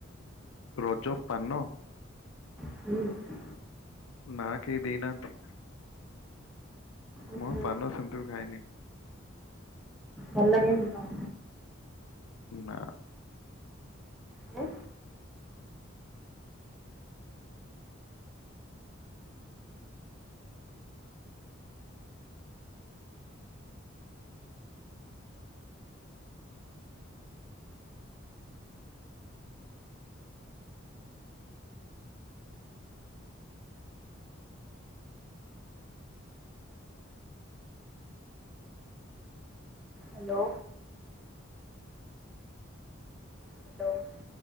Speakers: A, on the left; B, in the centre.
A: ରଜ ପାନ?
B: ହୁଁ।
A: ନା କେହି ଦେଇନାହାନ୍ତି।
B: ଓହୋ
A: ମୁଁ ପାନ ସେମିତିବି ଖାଏନି।
B: ଭଲ ଲାଗେନି ତ
A: ନା।
B: Hello hello hello